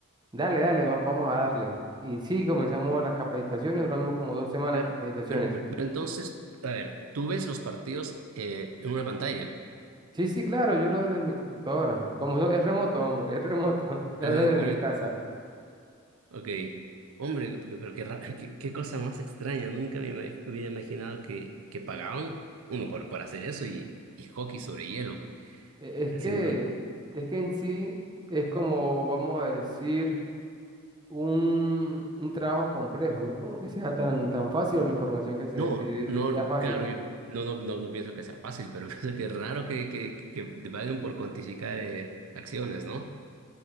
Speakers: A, on the right; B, on the right.
A: Dale, dale, va- vamos a darle. Y sí, comenzamos las capacitaciones, duramos como dos semanas
B: Pero,
A: en capacitaciones.
B: pero- pero entonces, a ver, tú ves los partidos eh, en una pantalla.
A: Sí, sí, claro, yo lo veo desde mi computadora. Como so- es remoto, hombre, es remoto, <laughs> lo
B: Es
A: veo
B: de-
A: desde mi casa.
B: Ok, hombre, que- porque- pero qué, ra- <laughs> qué, qué cosa más extraña. Nunca me imag- hubiera imaginado que, que pagaban uno por, por hacer eso y, y hockey sobre hielo.
A: E- Es
B: Haciendo...
A: que, es que en sí es como, vamos a decir, un, un trabajo complejo, no es como que sea tan, tan fácil o la información que se
B: No,
A: te
B: no,
A: sea fácil.
B: claro, yo no, no, no, no pienso que sea fácil, pero <laughs> pienso que es raro que, que, que te paguen por cuantificar eh, acciones, ¿no?